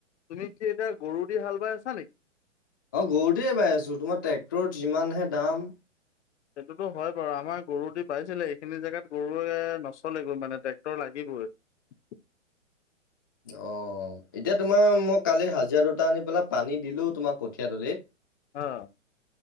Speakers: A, on the left; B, on the left.
A: তুমি কি এতিয়া গৰু দি হাল বাই আছা নেকি?
B: গৰুতে পাই আছো তোমাৰ ট্ৰেক্টৰত যিমানহে দাম
A: সেইটোতো হয় বাৰু আমাৰ গৰু দি পাইছিলে এইখিনি জোগাত গৰুৱে নচলে গৈ মানে ট্ৰেক্টৰ লাগি। <unintelligible>
B: অ, এতিয়া তোমাৰ মই কালি হাজিৰা দুটা আনি পেলাই পানী দিলো তোমাৰ কঠিয়াতলিত
A: অহ ',